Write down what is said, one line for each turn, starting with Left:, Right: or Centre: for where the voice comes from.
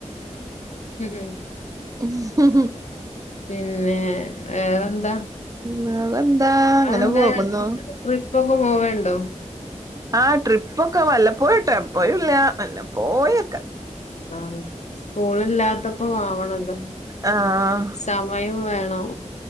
Left: ഉം ഉം
Right: ഉഹെഹെ
Left: പിന്നെ വേറെന്താ
Right: വേറന്താ
Left: നിങ്ങളെന്താ
Right: അങ്ങനെ പോകുന്നു.
Left: ട്രിപ്പൊക്കെ പോവണ്ടോ
Right: ആഹ് ട്രിപ്പൊക്കെ വല്ലപ്പോയുട്ടോ എപ്പയുല്ല വല്ലപ്പോയൊക്കെ.
Left: ആഹ് സ്കൂളില്ലാത്തപ്പം ആവണല്ലോ.
Right: ആഹ്
Left: സമയും വേണം.